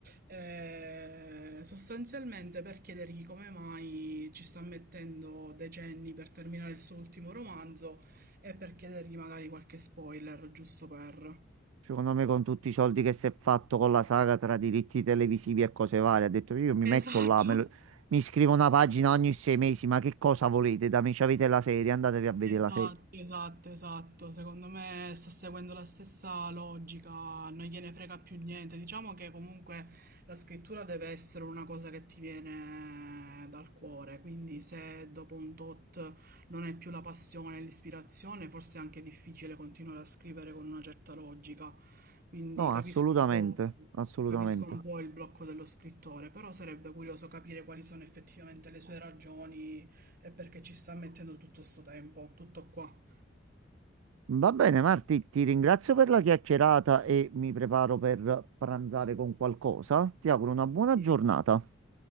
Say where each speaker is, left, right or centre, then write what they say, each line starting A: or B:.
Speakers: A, on the right; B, on the right.
A: Eh, sostanzialmente per chiedergli come mai ci sta mettendo decenni per terminare il suo ultimo romanzo e per chiedergli magari qualche spoiler, giusto per...
B: Secondo me, con tutti i soldi che si è fatto con la saga tra diritti televisivi e cose varie, ha detto io mi metto
A: Esatto.
B: là, me lo-
A: <laughs>
B: mi scrivo una pagina ogni sei mesi, ma che cosa volete da me? C'avete la serie, andatevi a vedere
A: Esatto,
B: la serie.
A: esatto, esatto. Secondo me sta seguendo la stessa logica, non gliene frega più niente. Diciamo che comunque la scrittura deve essere una cosa che ti viene dal cuore, quindi se dopo un tot non è più la passione e l'ispirazione, forse è anche difficile continuare a scrivere con una certa logica. Quindi
B: No,
A: capisco
B: assolutamente,
A: un po',
B: assolutamente.
A: capisco un po' il blocco dello scrittore, però sarebbe curioso capire quali sono effettivamente le sue ragioni è perché ci sta mettendo tutto sto tempo, tutto qua.
B: Va bene, Marti, ti ringrazio per la chiacchierata e mi preparo per pranzare con qualcosa. Ti auguro una buona
A: Sì.
B: giornata.